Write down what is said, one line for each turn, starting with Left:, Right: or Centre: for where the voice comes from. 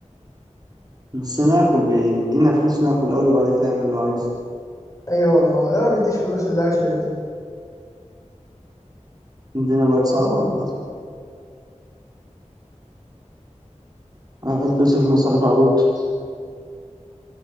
Right: بس ناكل بيدينا فلوس ناكل اول وبعد كده يعمل اللي هو عايزه
Left: أيوه والله ده ما بيديش فلوس للأكل ده
Right: الدنيا بقت صعبة والله قاعد بيصرف مصاريف عبيطة